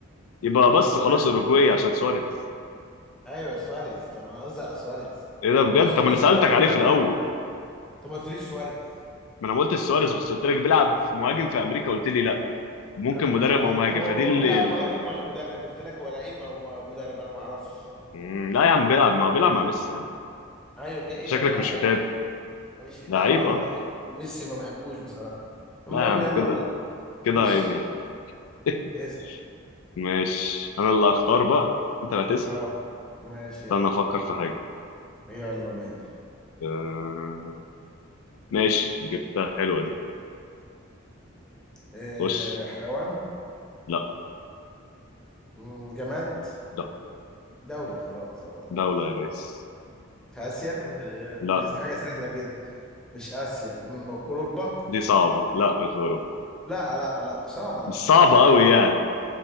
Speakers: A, on the left; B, in the centre.
A: يبقى
B: هو
A: بس خلاص
B: بيلعب
A: اوروجواي عشان سواريز
B: ايوه سواريز طب ما انا قصدي على سواريز
A: ايه ده بجد
B: هو سواريز
A: طب ما انا سالتك
B: دلوقتي مدرب
A: عليه في الاول
B: طب ما قلتليش سواريز
A: ما انا ما قلتش سواريز بس قلت لك بيلعب مهاجم في امريكا قلت لي لا ممكن
B: انا ما
A: مدرب
B: بع-
A: او مهاجم
B: هو
A: فدي
B: هو
A: اللي
B: بيلعب مهاجم ولا مدرب قلت لك هو لعيب او م- مدرب انا ما اعرفش
A: مم، لا يا عم بيلعب ما هو بيلعب مع ميسي يا عم
B: ايوه بي- ايه
A: شكلك
B: بقى بيلعب
A: مش
B: اي
A: متابع
B: مش متابع
A: ده عيب
B: والله
A: اه
B: ميسي ما بحبوش بصراحه المهم
A: لا يا عم
B: يلا
A: كده كده
B: خش
A: عيب يعني <laughs>
B: اسال
A: ماشي انا اللي هختار بقى انت اللي هتسال
B: اه ماشي
A: استنى
B: يلا
A: افكر في حاجه
B: يلا بينا
A: أه... ماشي جبتها حلوة دي
B: إيه
A: خش
B: حيوان
A: لا
B: مم، جماد
A: لا
B: دولة خلاص دولة
A: دولة
B: دولة
A: يا ريس
B: ماشي في اسيا عايزين ايام
A: لا
B: حاجه سهله كده مش اسيا م- اوروبا
A: دي صعبة لا مش أوروبا
B: لا لا لا صعبه لا
A: مش صعبة
B: خلي حاجه
A: أوي
B: كده.
A: يعني